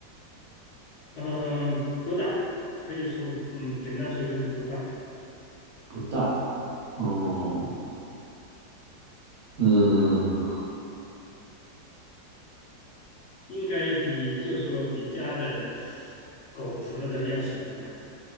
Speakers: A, on the left; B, on the right.
A: 嗯，不大，可以说，嗯，简单说就是不大，
B: 不大，哦，嗯，
A: 应该比就说比家的狗什么的要小吧。